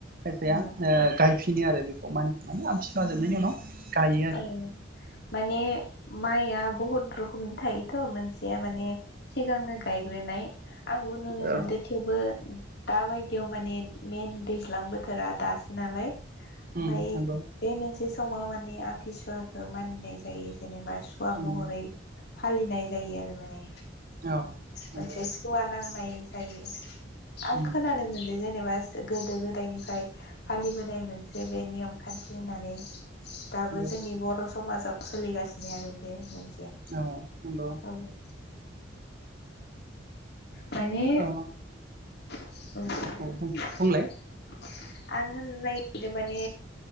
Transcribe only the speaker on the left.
औ
औ माने माया बुहुत रोखोम थायोथ' मोनसेया माने सिगांनो गायग्रोनाय आंबो नुनो
मोनदो थेवबो दाबायदियाव माने मेन दैज्लां बोथोरा दासो नालाय ओमफाय
बे मोनसे बे समाव माने आं इसरबो मानिनाय जायो जेनेबा सुवा
महरै फालिनाय जायो आरो माने।
मोनसे सुवा नांनाय जायो। आं
खोनानो मोनदो जेनेबा गोदो गोदायनिफाय फालिबोनाय मोन से बे नियम खान्थि होननानै दाबो
जोंनि बर समाजाव सोलिगासिनो आरो बे मोनसेया
औ माने
औ।
आं
होननो नागिरदों माने